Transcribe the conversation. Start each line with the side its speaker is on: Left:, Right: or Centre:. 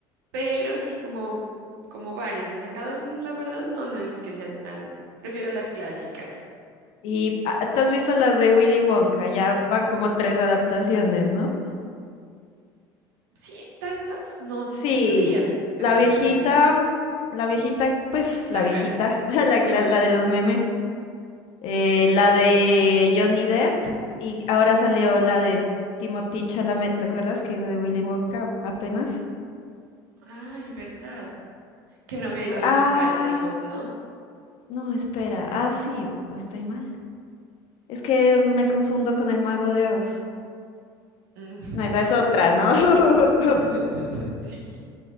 Right: pero sí como, como varias han sacado, mm, la verdad no, no es que sean tan, prefiero las clásicas.
Left: ¿Y ah, te has visto las de Willy Wonka? Ya van como tres adaptaciones, ¿no?
Right: Sí, tantas, no, ts-
Left: Sí,
Right: ni sabía
Left: la
Right: de tantas
Left: viejita,
Right: que hay,
Left: la viejita, pues
Right: la
Left: la viejita,
Right: clásica.
Left: <laughs> la, la- la de los memes, eh, la
Right: Ujú.
Left: de Johnny Depp y ahora salió la de Timothée Chalamet, ¿te acuerdas que hizo de Willy Wonka apenas?
Right: Ay, verdad, que no había ido a la
Left: Ah,
Right: Met Gala, Timothy, ¿no?
Left: no, espera, ah, sí, o estoy mal. Es que me confundo con el Mago de Oz.
Right: Mm.
Left: No, esa es otra, ¿no? <laughs>
Right: <laughs> Sí,